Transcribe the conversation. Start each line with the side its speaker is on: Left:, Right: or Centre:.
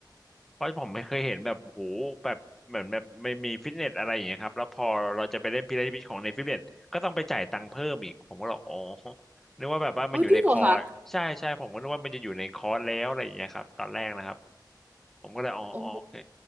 Centre: เพราะผมไม่เคยเห็นแบบโหแบบเหมือนแบบไม่มีฟิตเนสอะไรอย่างเงี้ยครับแล้วพอเราจะไปเล่นพีระมิดของในฟิตเนสก็ต้องไปจ่ายตังค์เพิ่มอีกผมก็บอกอ๋อนึกว่าแบบว่ามันอยู่ในคอร์สใช่ใช่ผมก็นึกว่ามันจะอยู่ในคอร์สแล้วอะไรอย่างเงี้ยครับตอนแรกนะครับ
Right: เอาจริงเหรอคะ
Centre: ผมก็เลยอ๋ออ๋อโอเค
Right: โอ้โห